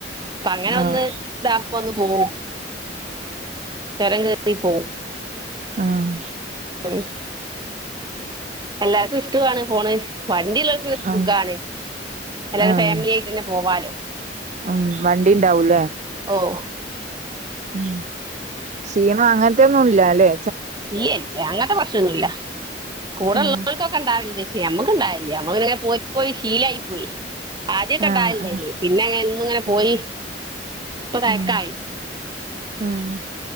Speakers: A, on the right; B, on the right.
A: പ്പങ്ങനൊന്ന്
B: ആഹ്
A: താവുമ്പൊന്ന്പോവും ചൊരം കേറി പോകും
B: ആഹ്
A: ഉം എല്ലാർക്കും ഇഷ് ടമാണ് പോണത് വണ്ടിയുള്ളവർക്ക് പിന്നെ
B: ആഹ്
A: സുഖാണ് അല്ലാതെ
B: ആഹ് ആഹ്
A: ഫാമിലിയായിട്ട് തന്നെ പോവാല്ലോ
B: ഉം വണ്ടിണ്ടാവൂല്ലേ
A: ഓഹ്
B: ഉം ക്ഷീണമങ്ങ തൊന്നൂല്ലാല്ലേ
A: യ്യേ അങ്ങനത്തെ പ്രശനൊന്നുല്ല കൂട
B: ആഹ്
A: ള്ളോൽക്കൊക്കെ ണ്ടാവേണ്ട് ഞമ്മക്കില്ല ഞമ്മക്ക്ണ്ടാവേല്ല അങ്ങനൊന്നും പോയി ശീലായിപ്പോയി ആദ്യൊക്കെ
B: ആഹ്
A: ണ്ടാവല്ണ്ടെയ്നി
B: ആഹ്
A: പിന്നെ എന്നുങ്ങനെ പോയി
B: ആഹ്
A: പ്പ കറക്റ്റായി
B: ഉം ആഹ്